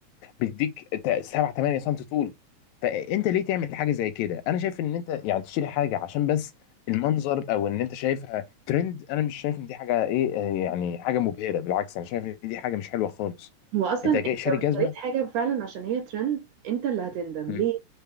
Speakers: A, on the left; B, on the right.
A: بيديك ت- 7 8 سم طول فانت ليه تعمل حاجه زي كده انا شايف ان انت يعني تشتري حاجه عشان بس المنظر او ان انت شايفها ترند انا مش شايف ان دي حاجه ايه آه، يعني حاجه مبهره بالعكس انا شايف ان دي حاجه مش حلوه خالص
B: هو اصلا
A: انت
B: انت
A: جاي شاري
B: لو
A: جزمه
B: اشتريت حاجه فعلا عشان هي ترند انت اللي هتندم
A: مم.
B: ليه